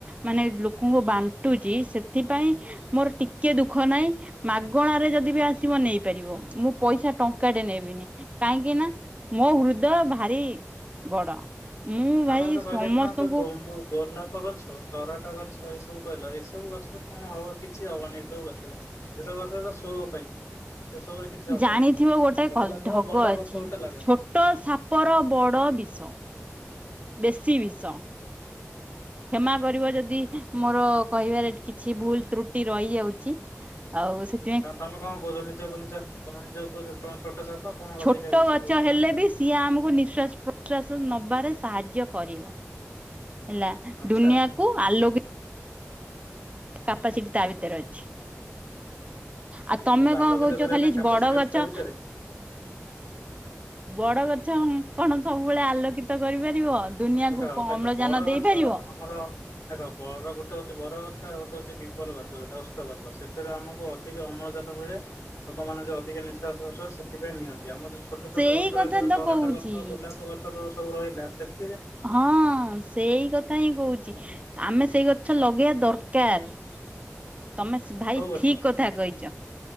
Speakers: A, on the right; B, on the left.
A: ମାନେ ଲୋକଙ୍କୁ ବାଣ୍ଟୁଛି ସେଥିପାଇଁ ମୋର ଟିକେ ଦୁଃଖ ନାହିଁ ମାଗଣରେ ଯଦି ବି ଆସିବ ନେଇପାରିବ ମୁଁ ପଇସା ଟଙ୍କ ଙ୍କାଟେ ନେବିନି କାହିଁକି ନା ମୋ ହୃଦୟ ଭାରି ବଡ। ମୁଁ
B: ଆଉ
A: ଭାଇ
B: ତମେ ଯୋଉ କହିଲେ
A: ସମସ୍ତଙ୍କୁ
B: ଏଇ ଖିନା ଯୋଉ ଗମ୍ବୁ ଗୋଲାପ ଗଛ, ତରାଟ ଗଛ ଏଇ ସବୁ କହିଲ ଏଇ ସବୁ ଗଛରେ କଣ ହବ କିଛି ହବନି ଏଇ ସବୁ ଗଛରେ। ଏସବୁ ଗଛ ତ ଶୋ ପାଇଁ। ସେ ସବୁରେ କିଛି ହବନି
A: ଜାଣିଥିବ ଗୋଟେ
B: ଯଦି ଲଗେଇବ
A: ଢଗ
B: ବଡ
A: ଅଛି
B: ଗଛ ଗୋଟେ ଲଗେଇବ।
A: ଛୋଟ ସାପର ବଡ଼ ବିଷ। ବେଶି ବିଷ। କ୍ଷମା କରିବ ଯଦି
B: ଆଚ୍ଛା।
A: ମୋର କହିବାରେ ଟିକେ କିଛି ଭୁଲ ତ୍ରୁଟି ରହିଯାଉଛି ଆଉ ସେଥ
B: ତାହେଲେ ତମେ କଣ କହୁଛ, ନିଜକୁ ନିଜେ ତମେ ନିଜକୁ କହୁଛ ତମେ ଛୋଟ ସାପ ତମର
A: ଛୋଟ
B: ଅଧିକା ବିଷ
A: ଗଛ
B: କହୁଛ
A: ହେଲେ
B: ନା।
A: ବି ସିଏ ଆମକୁ ନିଶ୍ୱାସ ପ୍ରଶ୍ଵାସ ନବାରେ ସାହାଯ୍ୟ କରିବ ହେଲା।
B: ଆଚ୍ଛା
A: ଦୁନିଆକୁ ଆଲୋକି କାପାସିଟି ତା ଭିତରେ ଅଛି। ଆଉ
B: ଦୁନିଆକୁ
A: ତମେ
B: ଆଲୋକିତ
A: କଣ କହୁଛ
B: କରିବା
A: ଖାଲି
B: ପାଇଁ କାପାସିଟି
A: ବଡ
B: ଅଛି
A: ଗଛ
B: ତା ଭିତରେ
A: ବଡ ଗଛ କଣ ସବୁବେଳେ ଆଲୋକିତ କରିପାରିବ? ଦୁନିଆକୁ
B: ଗୋଟେ ଦେଖ
A: ଅମ୍ଳଜାନ
B: ବଡ
A: ଦେଇପାରିବ।
B: ଗଛ ଆମର ଦେଖ ବର ଗୋଟେ ହଉଛି ବର ଗଛ ଆଉ ଗୋଟେ ହଉଚି ପିପଲ ଗଛ ଗୋଟେ ଓସ୍ତ ଗଛ ସେଥିରେ ଆମକୁ ଅ ଅଧିକ ଅମ୍ଳଜାନ ମିଳେ ଲୋକମାନେ ଯୋଉ ଅଧିକା ନିଶ୍ୱାସ ପ୍ରଶ୍ୱାସ ସେଥିପାଇଁ ନିଅନ୍ତି ଆମର ଛୋଟ ଛୋଟ
A: ସେଇ
B: ଗଛ
A: କଥା
B: ରହିଲା ଯୋଉ
A: ତ
B: ତରାଟ
A: କହୁଛି।
B: ଗଛ ଗୋଲାପ ଗଛ ଯୋଉ ସବୁ ରହିଲା ସେଥ
A: ହଁ ସେଇ କଥା ହିଁ କହୁଛି
B: ହେଲା
A: ଆମେ ସେଇ ଗଛ ଲଗେଇବା ଦରକାର। ତମେ ସ ଭାଇ
B: କୋଉ ଗଛ
A: ଠିକ କଥା କହିଛ